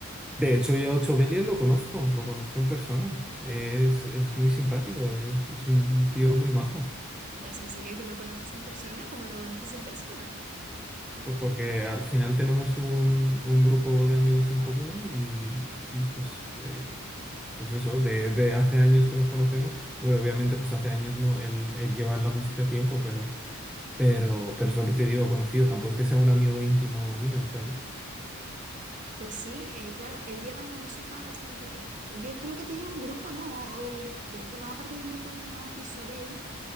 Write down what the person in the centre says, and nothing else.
De hecho, yo a Ochobelial lo conozco, lo conozco en persona. Es, es muy simpático, es, es un tío muy majo.
Pues porque al final tenemos un, un grupo de amigos en común y, y, pues, eh, pues eso, de, de hace años que nos conocemos. Hombre, obviamente pues hace años no, él, él lleva en la música tiempo, pero, pero, pero es lo que te digo, conocido, tampoco es que sea un amigo íntimo mío, ¿sabes?